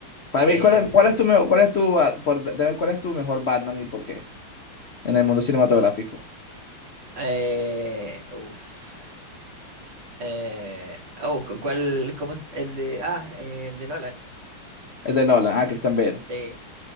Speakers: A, on the left; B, on the right.
A: Para
B: Sí,
A: mí, ¿cuál es,
B: sí,
A: cuál
B: sí,
A: es
B: sí.
A: tu, mejor, cuál es tu, ba- por- dime cuál es tu mejor Batman y por qué? En el mundo cinematográfico.
B: Eh, uf. Eh, oh, cu- ¿cuál? ¿Cómo es? El de. Ah, el de Nolan.
A: El de Nolan, ah, Christian Bale.
B: Sí,